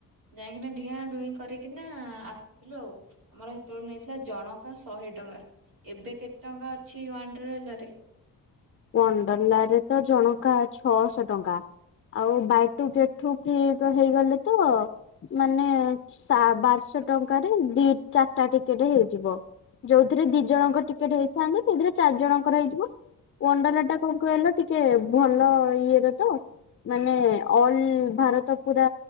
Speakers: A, on the right; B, on the left.
A: ଯାଇକିନା ଡିଆଁ ଡୁଇଁ କରିକିନା ଆସ ଥିଲୁ ଆଉ ଆମର ସେତେବେଳେ ନେଇଥିଲା ଜଣକା ଶହେ ଟଙ୍କା। ଏବେ କେତେ ଟଙ୍କା ଅଛି ୱାଣ୍ଡରେଲା ରେ?
B: ୱାଣ୍ଡରେଲା ରେ ତ ଜଣକା ଛଅଶହ ଟଙ୍କା ଆଉ ବାଇ ଟୁ ଗେଟ୍ ଟୁ ଠିକ ହେଇଗଲେ ତ ମାନେ ବାରଶହ ଟଙ୍କାରେ ଦି ଚାରିଟା ଟିକେଟ ହେଇଯିବ। ଯୋଉଥିରେ ଦି ଜଣଙ୍କ ଟିକେଟ ହେଇଥାନ୍ତା ସେଇଥିରେ ଚାରି ଜଣଙ୍କର ହେଇଯିବ। ୱାଣ୍ଡ୍ରେଲା ଟା କଣ କହିଲ ଟିକେ ଭଲ ଇଏର ତ। ମାନେ ଅଲ ଭାରତ ପୁରା